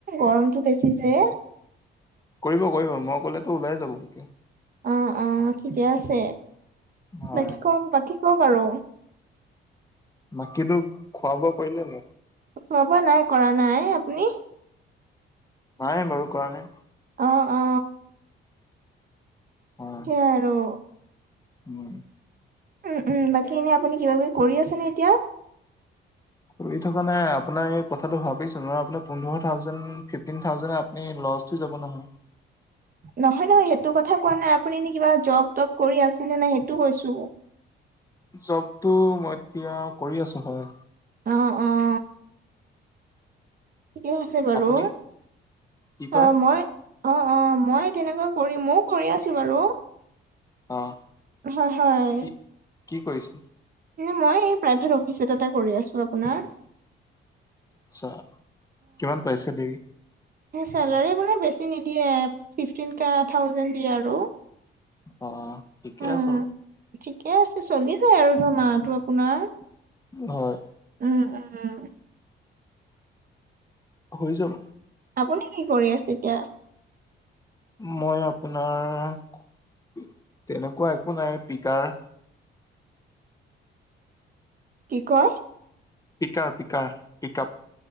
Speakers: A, on the right (about 45°); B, on the left (about 15°).
A: গৰমটো বেছি যে।
B: কৰিব, কৰিব মই ক'লেতো ওলাই যাব একে।
A: অ', অ' ঠিকে আছে,
B: হয়।
A: বাকী কওক, বাকী কওক আৰু।
B: মাকিতো খোৱা-বোৱা কৰিলেনে নে?
A: খোৱা-বোৱা নাই কৰা, নাই আপুনি?
B: নাই মৰো কৰা নাই।
A: অ', অ'।
B: অ',
A: সেইয়াই আৰু।
B: উম।
A: উম, উম, বাকী এনে আপুনি কিবা কিবি কৰি আছেনে এতিয়া?
B: কৰি থকা নাই আপোনাৰ এই কথাটো ভাবিছো ন। আপোনাৰ পোন্ধৰ থাউজেণ্ড, ফিফটিন থাউজনে আপ নে লজ্জ হৈ যাব নহয়।
A: নহয়, নহয় সেইটো কথা কোৱা নাই। আপুনি এনে কিবা জব তব কৰি আছে নে নাই সেইটো কৈছো।
B: জবটো মই এতিয়া কৰি আছো হয়।
A: অ', অ'। ঠিকে আছে বাৰু
B: আপুনি কি কয়
A: অ' মই অ', অ' মই তেনেকুৱা কৰিম। ময়ও কৰি আছো বাৰু।
B: অ'।
A: হয়, হয়।
B: কি কি কৰিছোন?
A: মই এই প্ৰাইভেট অফিচ এটাতে কৰি আছো আপোনাৰ।
B: আচ্ছা, কিমান পাইছে দেই।
A: চেলাৰি আপোনাৰ বেছি নিদিয়ে ফিফটিন কা থাউজন দিয়ে আৰু।
B: অ', ঠিকে
A: উম,
B: আছে।
A: ঠিকে আছে, চলি যায় আৰু ধৰ মাহটো আপোনাৰ।
B: হয়।
A: উম, উম।
B: হৈ যাব।
A: আপুনি কি কৰি আছে, এতিয়া?
B: মই আপোনাৰ, তেনেকুৱা একো নাই পিকাৰ।
A: কি কয়?
B: পিকাৰ, পিকাৰ, পিকাপ।